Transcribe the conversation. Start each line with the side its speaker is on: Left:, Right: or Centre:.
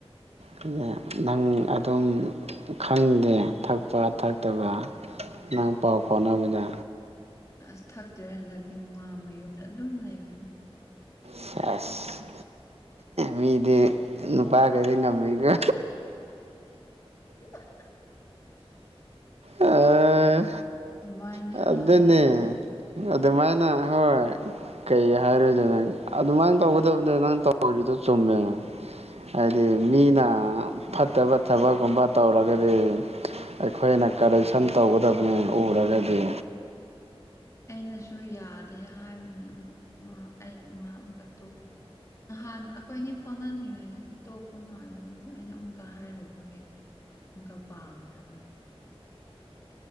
Right: ꯑꯗꯨꯅ ꯅꯪ ꯑꯗꯨꯝ ꯈꯪꯗꯦ ꯊꯛꯄ ꯊꯛꯇꯕ꯫ ꯅꯪ ꯄꯥꯎ ꯐꯥꯎꯅꯕꯗ꯫
Left: ꯑꯁ ꯊꯛꯇ꯭ꯔꯦ ꯍꯟꯗꯛꯇꯤ ꯃꯥ ꯃꯌꯨꯝꯗ ꯑꯗꯨꯝ ꯂꯩꯕꯅꯦ꯫
Right: ꯁꯦꯁ꯫ ꯃꯤꯗꯤ ꯅꯨꯄꯥꯗꯒꯤ ꯉꯝꯃꯤꯒꯣ꯫
Left: <unintelligible>
Right: ꯑꯥ
Left: ꯑꯗꯨ ꯃꯥꯏꯅꯗꯤ
Right: ꯑꯗꯨꯅꯦ
Left: ꯍꯥꯏꯒꯅꯨꯍꯦ꯫
Right: ꯑꯗꯨꯃꯥꯏꯅ ꯍꯣꯏ꯫ ꯀꯩ ꯍꯥꯏꯔꯣꯏꯗ ꯅꯪ ꯑꯗꯨꯃꯥꯏꯅ ꯇꯧꯒꯗꯕꯅꯤ ꯅꯪ ꯇꯧꯔꯤꯗꯣ ꯆꯨꯝꯃꯦ꯫ ꯍꯥꯏꯗꯤ ꯃꯤꯅ ꯐꯠꯇꯕ ꯊꯕꯛꯀꯨꯝꯕ ꯇꯧꯔꯒꯗꯤ꯫ ꯑꯩꯈꯣꯏꯅ ꯀꯔꯦꯛꯁꯟ ꯇꯧꯒꯗꯕꯅꯦ ꯎꯔꯒꯗꯤ꯫
Left: ꯑꯩꯅꯁꯨ ꯌꯥꯗꯦ ꯍꯥꯏꯕꯅꯤ ꯑꯗꯨ ꯑꯩ ꯃꯥ ꯑꯃꯨꯛꯀ ꯇꯣꯛ ꯅꯍꯥꯟ ꯑꯩꯈꯣꯏꯅꯤ ꯐꯥꯎꯅꯗ꯭ꯔꯤꯉꯩꯗꯗꯤ ꯇꯣꯛꯄ ꯃꯥꯜꯂꯦꯗꯣ ꯑꯩꯅ ꯑꯃꯨꯛꯀ ꯍꯥꯏꯔꯨꯕꯒꯤ꯫ ꯅꯪꯒ ꯄꯥꯝꯗ꯭ꯔꯕꯅ꯫